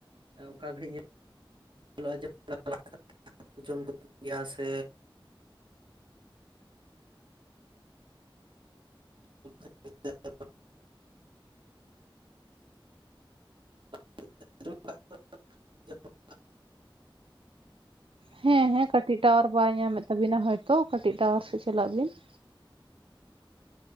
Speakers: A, on the right; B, on the right.
A: ᱚᱠᱟ ᱜᱷᱟᱹᱲᱤᱡ ᱧᱮᱞᱚᱜ-ᱟ ᱡᱮ <unintelligible> ᱜᱮᱭᱟ ᱥᱮ <inaudible> <inaudible>
B: ᱦᱮᱸ ᱦᱮᱸ ᱠᱟᱴᱤᱡ ᱴᱟᱣᱟᱨ ᱵᱟᱭ ᱧᱟᱢᱮᱫ ᱛᱟᱵᱤᱱᱟ ᱦᱚᱭᱛᱚ ᱠᱟᱴᱤᱡ ᱴᱟᱣᱟᱨ ᱥᱮᱫ ᱪᱟᱞᱟᱜ ᱵᱤᱱ ᱾